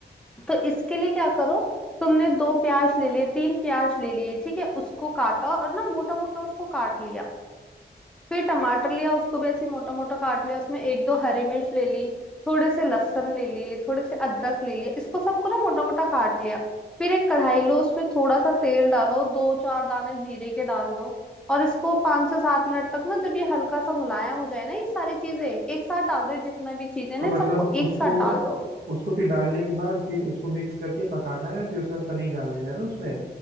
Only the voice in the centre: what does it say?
तो इसके लिए क्या करो तुमने दो प्याज ले लिए तीन प्याज ले लिए ठीक है उसको काटा और ना मोटा मोटा उसको काट लिया फिर टमाटर लिया उसको भी ऐसे मोटा मोटा काट लिया उसमें एक दो हरी मिर्च ले ली थोड़े से लहसुन ले लिए थोड़े से अदरक ले लिया इसको सबको ना मोटा मोटा काट लिया फिर एक कढ़ाई लो उसमें थोड़ा सा तेल डालो दो चार दाने जीरे के डाल दो और इसको पाँच से सात मिनट तक ना जब ये हल्का सा मुलायम हो जाए ना ये सारी चीजें एक साथ डाल दो ये जितना भी चीजें ना
सबको
एक साथ डाल दो